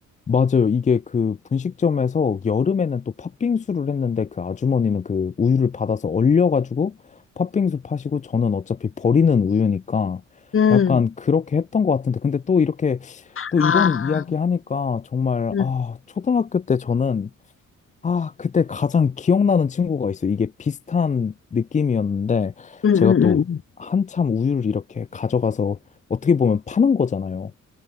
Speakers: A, on the left; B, on the left.
A: 맞아요. 이게 그 분식점에서 여름에는 또 팥빙수를 했는데 그 아주머니는 그 우유를 받아서 얼려가지고 팥빙수 파시고 저는 어차피 버리는 우유니까
B: 음,
A: 약간 그렇게 했던 것 같은데 근데 또 이렇게 또
B: 아,
A: 이런 이야기 하니까 정말
B: 음,
A: 아 초등학교 때 저는 아, 그때 가장 기억나는 친구가 있어요. 이게 비슷한 느낌이었는데,
B: 음, 음,
A: 제가 또
B: 음. 음.
A: 한참 우유를 이렇게 가져가서 어떻게 보면 파는 거잖아요.